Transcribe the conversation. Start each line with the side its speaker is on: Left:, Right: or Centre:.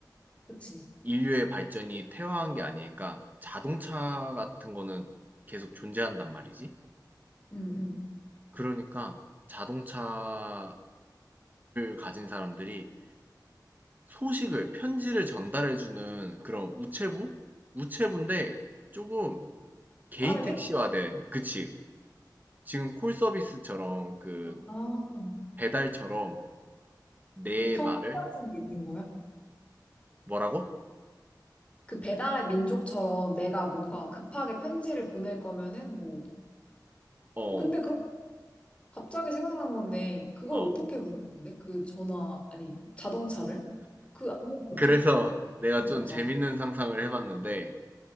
Left: 그치.
Right: 인류의 발전이 태화한 게 아니니까 자동차 같은 거는 계속 존재한단 말이지.
Left: 응, 응.
Right: 그러니까 자동차를 가진 사람들이 소식을 편지를 전달해 주는 그런 우체부? 우체부인데 조금 개인
Left: 빠르게?
Right: 택시화된 그치. 지금 콜 서비스처럼 그
Left: 아,
Right: 배달처럼 내
Left: 우편
Right: 말을
Left: 콩 같은 게 있는 거야?
Right: 뭐라고?
Left: 그 배달의 민족처럼 내가 뭔가 급하게 편지를 보낼 거면은 뭐,
Right: 어.
Left: 어, 근데 그럼 갑자기 생각난 건데, 그걸
Right: 어.
Left: 어떻게 부를 건데? 그 전화, 아니, 자동차를? 그, 아무런
Right: 그래서
Left: 어떻게
Right: 내가 좀
Left: 부르잖아.
Right: 재밌는 상상을 해 봤는데